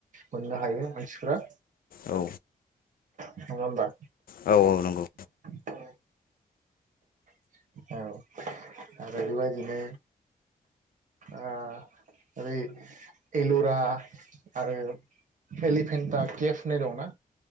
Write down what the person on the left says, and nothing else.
औ
औ औ नंगौ